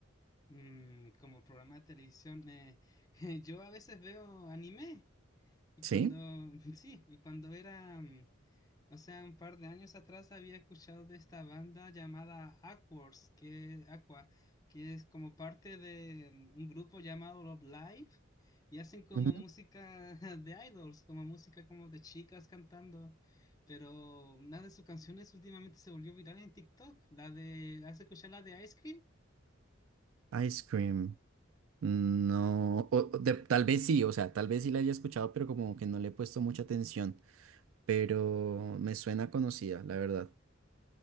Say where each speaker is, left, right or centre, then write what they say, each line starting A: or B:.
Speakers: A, on the left (about 20°); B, on the right (about 85°).
A: Mm, como programa de televisión, eh, <laughs> yo a veces veo anime. Y
B: Sí.
A: cuando, <laughs> sí, y cuando era, mm, o sea, un par de años atrás había escuchado de esta banda llamada Aquas, que, Aqua, que es como parte de mm, un grupo llamado Love Live, y hacen como
B: Ujú.
A: música <laughs> de idols, como música como de chicas cantando, pero una de sus canciones últimamente se volvió viral en TikTok, la de, ¿has escuchado la de Ice Cream?
B: Ice Cream. No, o- o de- tal vez sí, o sea, tal vez sí la haya escuchado, pero como que no le he puesto mucha atención, pero me suena conocida, la verdad.